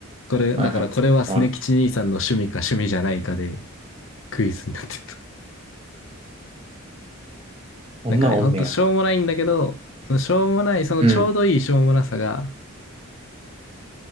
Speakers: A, on the left (about 65°); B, on the right (about 30°).
A: これ、だからこれはスネ吉兄さんの趣味か趣味じゃないかで
B: いはい。あら、
A: クイズになってると。<laughs>
B: こんなんおんねや。
A: なんかね、ほんとしょうもないんだけど、そのしょうもない、そのちょうどいいしょうもなさが
B: うん。い